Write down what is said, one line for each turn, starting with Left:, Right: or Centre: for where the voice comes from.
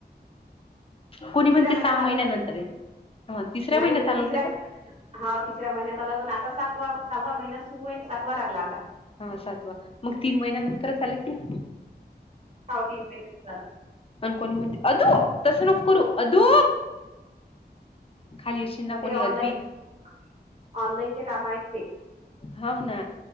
Left: कोणी
Right: तिसऱ्या
Left: म्हणते
Right: महिन्यात
Left: सहा
Right: आल
Left: महिन्यानंतर
Right: हो
Left: आहे हा तिसऱ्या
Right: नाही
Left: महिन्यात
Right: हे
Left: आलं
Right: तिसऱ्या
Left: होतं काय
Right: हा तिसऱ्या महिन्यात आलं तर आता सातवा सव्वा महिना सुरू आहे जातवा लागला आता
Left: हा सातवा मग तीन महिन्या नंतर चाले की
Right: साऊथ इंडिया
Left: अनको ह मते अदो तस नो करर अदो खाली येशील ना
Right: ते
Left: कोणी
Right: ऑनलाईन
Left: अद्विक
Right: ऑनलाईन जे काम आहेत ते
Left: होा ना